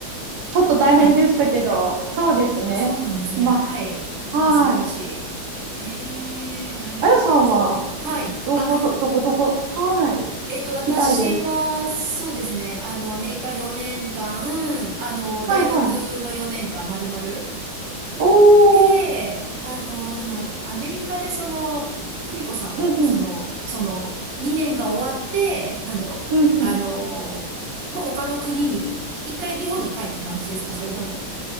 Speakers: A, on the right (about 65°); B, on the right (about 85°).
A: ちょっと大変でしたけど、
B: のにね。いや
A: そうですね。
B: ー、そうなんですね。
A: ま
B: はい。いやー、
A: あ、はい。
B: 素晴らしい。へえ、なるほど。
A: あやさんは、
B: はい。
A: どこど、
B: あ、
A: どこどこ、はい。
B: えっと、私は、
A: 聞きたいです。
B: そうですね。あの、アメリカ4年間、あの、
A: はいはい。
B: 大学の4年間、丸々。
A: おー、
B: で、あの、でも、アアメリカでその、久美子さんも、
A: うんうん、
B: その、その、2年が終わって、なんだろう、
A: うんうん。
B: あの、まあ、他の国に、一回日本に帰って感じですかそれとも、